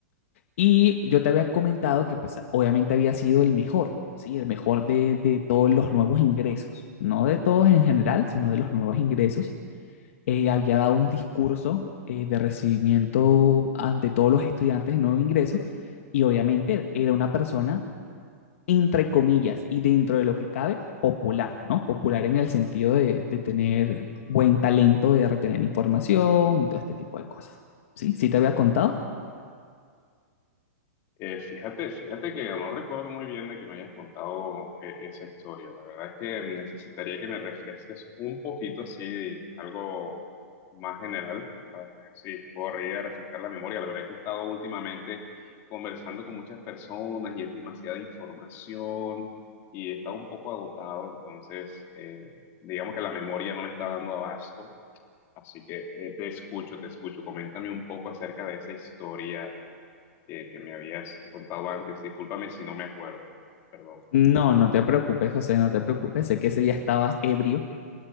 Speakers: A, on the left; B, on the left.
A: Y yo te había comentado que pues obviamente había sido el mejor, ¿sí? El mejor de, de todos los nuevos ingresos, no de todos en general, sino de los nuevos ingresos. Eh, había dado un discurso eh, de recibimiento ante todos los estudiantes de nuevo ingreso y obviamente era una persona entre comillas y dentro de lo que cabe, popular, ¿no? Popular en el sentido de, de tener buen talento, de retener información y todo este tipo de cosas. ¿Sí? ¿Sí te había contado?
B: Eh, fíjate, fíjate que no recuerdo muy bien de que me hayas contado eh, esa historia. La verdad es que necesitaría que me refresques un poquito así, algo más general, para ver si puedo ir a refrescar la memoria. La verdad es que he estado últimamente conversando con muchas personas y es demasiada información y he estado un poco agotado, entonces eh, digamos que la memoria no me está dando abasto. Así que eh, te escucho, te escucho. Coméntame un poco acerca de esa historia que, que me habías contado antes. Discúlpame si no me acuerdo. Perdón.
A: No, no te preocupes, José, no te preocupes. Sé que ese día estabas ebrio,